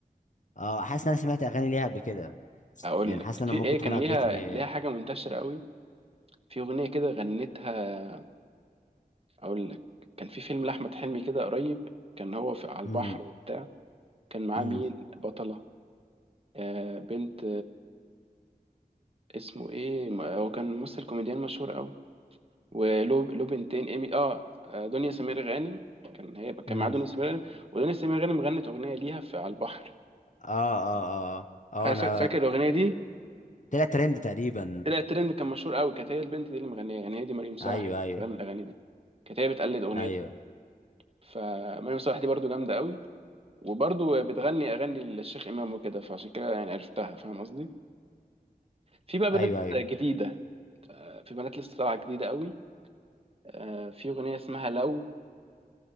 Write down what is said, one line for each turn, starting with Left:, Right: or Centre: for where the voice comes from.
Left: اه حاسس ان انا سمعت اغاني ليها قبل كده
Right: أقول
Left: يعني
Right: لك
Left: حاسس ان
Right: في
Left: انا
Right: إيه
Left: ممكن تكون
Right: كان
Left: قابلتني
Right: ليها ليها حاجة منتشرة قوي في أغنية كده غنتها أقول لك كان في فيلم لأحمد حلمي كده قريب كان هو في على
Left: امم
Right: البحر وبتاع كان معاه
Left: امم
Right: مين بطلة آه بنت اسمه ايه ما- هو كان ممثل كوميديان مشهور قوي وله له بنتين ايمي اه آه، دنيا سمير غانم كان هي كان
Left: امم
Right: معاه دنيا سمير غانم ودنيا سمير غانم غنت اغنيه ليها في على البحر
Left: اه اه اه اه آه،
Right: عارف
Left: انا
Right: فاكر الاغنيه اه الاغنيه دي
Left: طلع ترند تقريبا
Right: طلعت ترند كان مشهور قوي كانت هي البنت دي اللي مغنيها يعني هي دي مريم صالح
Left: ايوه
Right: اللي
Left: ايوه
Right: كانت بتغني الاغاني دي كانت هي بتقلد اغنيتها
Left: ايوه
Right: فمريم صالح دي برضو جامده قوي وبرضو بتغني اغاني للشيخ امام وكده فعشان كده يعني عرفتها فاهم قصدي في بقى بنات
Left: ايوه ايوه
Right: جديده آه، في بنات لسه طالعه جديده قوي آه، في اغنيه اسمها لو